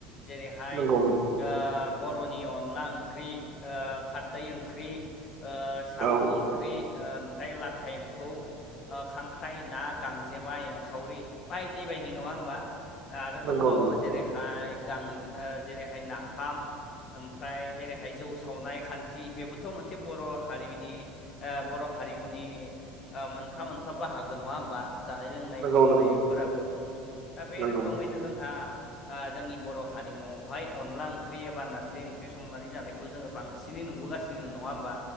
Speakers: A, on the left; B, on the right.
A: जेरैहाय
B: नंगौ नंगौ
A: ओ बर'नि अनला ओंख्रि ओ खारदै ओंख्रि ओ साम'
B: औ
A: ओंख्रि
B: औ
A: ओ ओमफ्राय लाथा एम्फौ ओ खांख्राइ ना गांजेमा एंखावरि बायदि बायदि नङा होमबा आरो दंबावो
B: नंगौ नंगौ
A: जेरैहाय गां ओ जेरैहाय नाफाम ओमफ्राय जेरैह जौ सावनाय खान्थि बेबोथ' मोनसे बर' हारिमनि ओ बर' हारिमुनि ओ मोनफा मोनफा बाहागो नङा होमबा जानाय लोंनाय
B: नंगौ
A: संनायफोराबो
B: नंगौ
A: दा बे
B: नंगौ
A: रोखोमैनो जोंहा ओ जोंनि बर' हारिमुावहाय अनला ओंख्रि एबा नारजि ओंख्रि संनानै जानायखौ खौ जोंङो बांसिनै नुबोगासिनो नङा होमबा